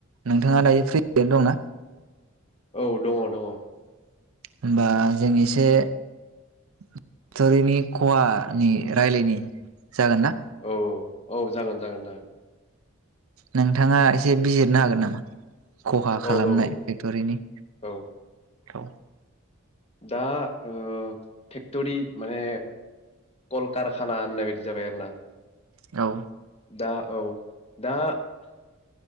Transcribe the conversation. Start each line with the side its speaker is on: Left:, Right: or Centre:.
Right: नोंथाङा दायो फ्रिनो दंना?
Left: औ दङ। दङ'
Right: होमबा जों एसे फक्तरिनि खहानि रायलायनि जागोन ना।
Left: औ औ जागोन जागोन जागोन।
Right: नोंथाङा एसे बिजिरनो हागोन नामा? खहा
Left: औ
Right: खालामनाय
Left: औ
Right: फेक्ट'रिनि
Left: औ
Right: औ।
Left: दा ओ फेक्टरि माने कलकारखाना होननाय बायदि जाबाय आरो ना।
Right: औ
Left: दा औ दा